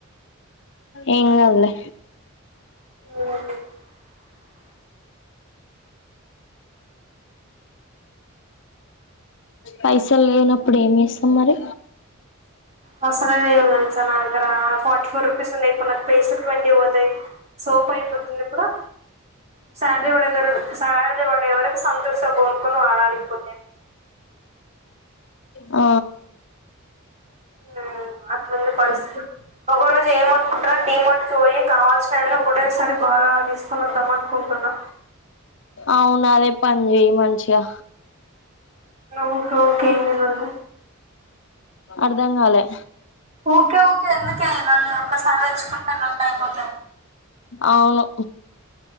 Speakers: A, on the left; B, on the right.
A: ఏం కాదు లే
B: <inaudible>
A: పైసలు లేనప్పుడు ఏం చేస్తాం మరి
B: వసరదేవు వెళ్ చ నాన్ జరా ఫోర్ట్ ఫోర్ పిసన్నైపోన పేస్ట్ కి ట్వంటీ పోతాయి సోపు అయిపోతుంది ప్పుడు సాలరీ పడగారు సాలరీ పడే వరకు సంతూర్ సబ్బుకొనుక్కుని వాడాలి ఇప్పుడు నేను
A: ఆ
B: ఉమ్ అట్లుంది పరిస్థితి ఒకరోజు ఏమనుకుంట డి మార్ట్ పోయి కావాల్సినవి ఒకటేసారి బాగా తీసుకొని వద్దాం అనుకుంటున్నా
A: అవును అదే పని చెయ్ మంచిగా
B: ఊకె ఊకె ఏంది లొల్లి
A: అర్థంగాలే
B: ఊకె ఊకె ఎందుకే ఈ లొల్లి ఒకసారె తెచ్చుకుంటే అయిపోతాది
A: అవును